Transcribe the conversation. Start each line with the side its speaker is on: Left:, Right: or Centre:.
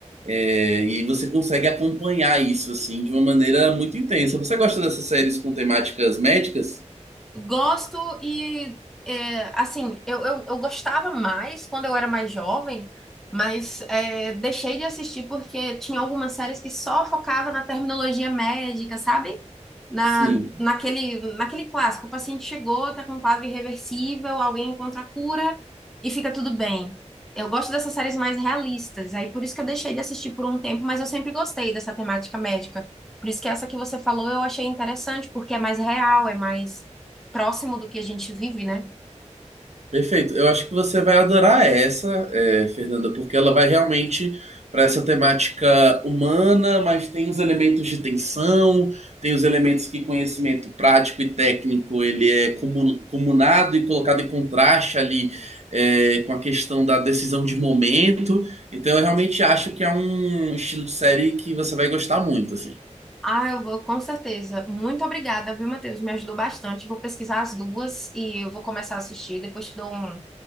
Right: É, e você consegue acompanhar isso assim de uma maneira muito intensa. Você gosta dessas séries com temáticas médicas?
Centre: Gosto e, é, assim, eu, eu, eu gostava mais quando eu era mais jovem, mas é, deixei de assistir porque tinha algumas séries que só focava na terminologia médica, sabe? Na,
Right: Sim,
Centre: naquele, naquele clássico, o paciente chegou, tá com um quadro irreversível, alguém encontra a cura e fica tudo bem. Eu gosto dessas séries mais realistas, aí por isso que eu deixei de assistir por um tempo, mas eu sempre gostei dessa temática médica. Por isso que essa que você falou eu achei interessante, porque é mais real, é mais próximo do que a gente vive, né?
Right: perfeito. Eu acho que você vai adorar essa, é, Fernanda, porque ela vai realmente para essa temática humana, mas tem os elementos de tensão, tem os elementos que conhecimento prático e técnico ele é comu- comunado e colocado em contraste ali é, com a questão da decisão de momento. Então, eu realmente acho que é um estilo de série que você vai gostar muito, assim.
Centre: Ah, eu vou, com certeza. Muito obrigada, viu, Matheus? Me ajudou bastante. Vou pesquisar as duas e eu vou começar a assistir. Depois te dou um,